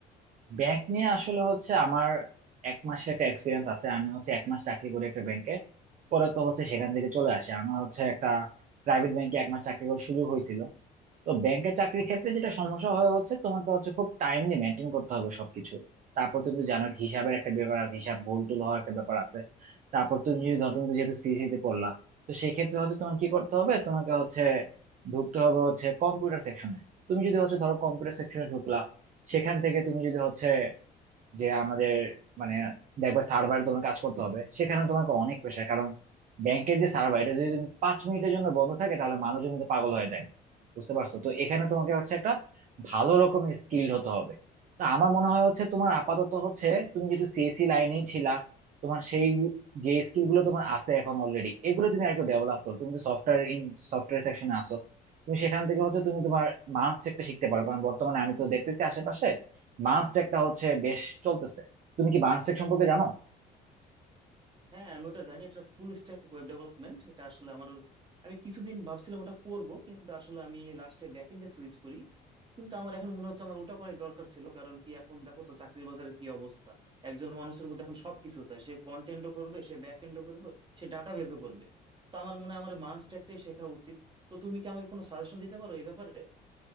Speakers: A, on the right; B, on the right.
A: ব্যাংক নিয়ে আসলে হচ্ছে আমার এক মাসের একটা এক্সপিরিয়েন্স আছে আমি হচ্ছে এক মাস চাকরি করি একটা ব্যাংকে পরে তো হচ্ছে সেখান থেকে চলে আসে আমার হচ্ছে একটা প্রাইভেট ব্যাংকে এক মাস চাকরি করার সুযোগ হয়েছিল তো ব্যাংকের চাকরির ক্ষেত্রে যেটা সমস্যা হয় হচ্ছে তোমাকে হচ্ছে খুব টাইমলি মেনটেন করতে হবে সবকিছু তারপর তুমি তো জানো হিসাবের একটা ব্যাপার আছে হিসাব ভুল টুল হওয়ার একটা ব্যাপার আছে তারপর তুমি যদি ধর তুমি তো যেহেতু সিএসসি তে পড়লা তো সেক্ষেত্রে হচ্ছে তোমাকে কি করতে হবে তোমাকে হচ্ছে ঢুকতে হবে হচ্ছে কম্পিউটার সেকশনে তুমি যদি হচ্ছে ধরো কম্পিউটার সেকশনে ঢুকলা সেখান থেকে তুমি যদি হচ্ছে যে আমাদের মানে দেখবে সার্ভারে তোমার কাজ করতে হবে সেখানে তোমাকে অনেক প্রেশার কারণ ব্যাংকের যে সার্ভার এটা যদি তুমি পাঁচ মিনিটের জন্য বন্ধ থাকে তাহলে মানুষজন কিন্তু পাগল হয়ে যায় বুঝতে পারছো তো এখানে তোমাকে হচ্ছে একটা ভালো রকমের স্কিল হতে হবে তো আমার মনে হয় হচ্ছে তোমার আপাতত হচ্ছে তুমি যেহেতু সিএসসি লাইনেই ছিলা তোমার সেই যে স্কিল গুলো তোমার আছে এখন অলরেডি এগুলো তুমি একটু ডেভেলপ করো তুমি তো সফটওয়্যার সফটওয়্যার সেকশনে আসো তুমি সেখান থেকে হচ্ছে তুমি তোমার মাস্ট একটা শিখতে পারো কারণ বর্তমানে আমি তো দেখতেছি আশেপাশে বার্নসটেকটা হচ্ছে বেশ চলতেছে তুমি কি বার্নসটেক সম্পর্কে জানো
B: হ্যাঁ আমি ওটা জানি এটা ফুল স্ট্যাক ওয়েব ডেভেলপমেন্ট এটা আসলে আমার আমি কিছুদিন ভাবছিলাম ওটা করব কিন্তু আসলে আমি লাস্টে ব্যাকএন্ডে সুইচ করি কিন্তু আমার এখন মনে হচ্ছে আমার ওটা করাই দরকার ছিল কারণ কি এখন দেখো তো চাকরির বাজারের কি অবস্থা একজন মানুষের মধ্যে এখন সবকিছু চায় সে ফ্রন্ট এন্ডও করবে সে ব্যাক এন্ডও করবে সে ডাটাবেজও করবে তো আমার মনে হয় আমার মাস্ট একটাই শেখা উচিত তো তুমি কি আমাকে কোনো সাজেশন দিতে পারো এই ব্যাপারে